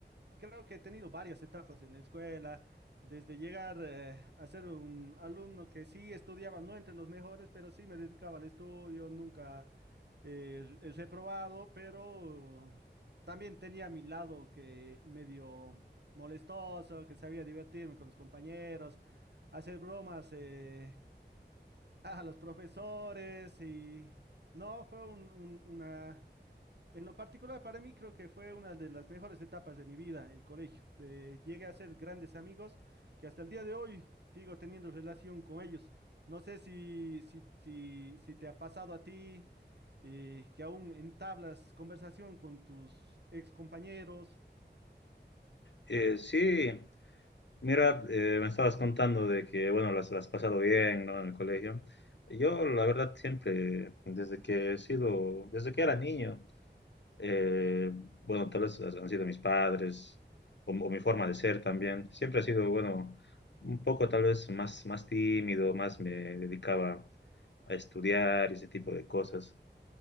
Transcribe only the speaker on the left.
Eh, sí, mira, eh, me estabas contando de que, bueno, las las has pasado bien, ¿no? En el colegio. Yo, la verdad, siempre, desde que he sido, desde que era niño, eh, bueno, tal vez has- han sido mis padres o, o mi forma de ser también. Siempre ha sido, bueno, un poco tal vez más, más tímido, más me dedicaba a estudiar y ese tipo de cosas.